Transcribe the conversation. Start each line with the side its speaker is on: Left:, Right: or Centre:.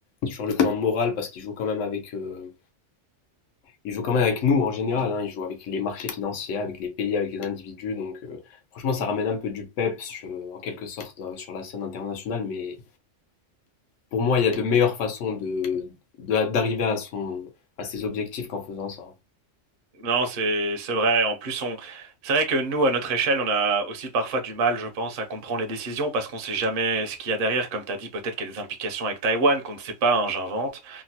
Left: sur le plan moral parce qu'il joue quand même avec euh, il joue quand même avec nous en général, hein, il joue avec les marchés financiers, avec les pays, avec les individus. Donc euh, franchement, ça ramène un peu du peps euh, en quelque sorte euh, sur la scène internationale. Mais pour moi, il y a de meilleures façons de, de- d'arriver à, son, à ses objectifs qu'en faisant ça.
Right: Non, c'est c'est vrai. En plus, on c'est vrai que nous, à notre échelle, on a aussi parfois du mal, je pense, à comprendre les décisions parce qu'on sait jamais ce qu'il y a derrière. Comme tu as dit, peut-être qu'il y a des implications avec Taïwan qu'on ne sait pas, hein, j'invente.